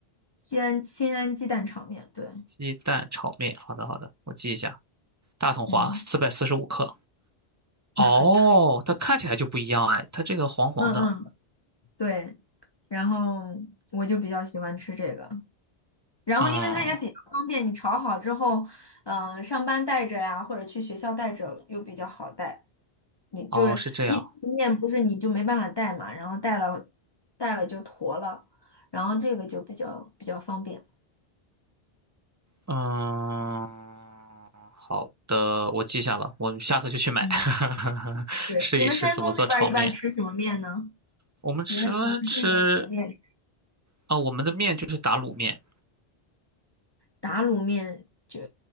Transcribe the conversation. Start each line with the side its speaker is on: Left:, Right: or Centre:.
Left: 西安新安鸡蛋炒面，对，
Right: 鸡蛋炒面。好的好的，我记一下，大统华四百四十五克。
Left: 嗯，
Right: 哦，
Left: <laughs> 啊，对，
Right: 它看起来就不一样哎，它这个黄黄的，
Left: 嗯嗯，对。然后我就比较喜欢吃这个。然后，
Right: 嗯，
Left: 因为它也比较方便，你炒好之后，嗯、上班带着呀，或者去学校带着又比较好带。你就是一般面不是你就没办法带嘛，
Right: 哦，是这样，
Left: 然后带了带了就坨了，然后这个就比较比较方便。
Right: 嗯，好的，我记下了，我们下次就去买，
Left: 嗯，
Right: <laughs>
Left: 对，
Right: 试一试怎么做炒面。
Left: 你们山东那边儿一般吃什么面呢？
Right: 我们吃吃
Left: 你们是你们是不是也喜欢面？
Right: 啊、我们的面就是打卤面，
Left: 打卤面就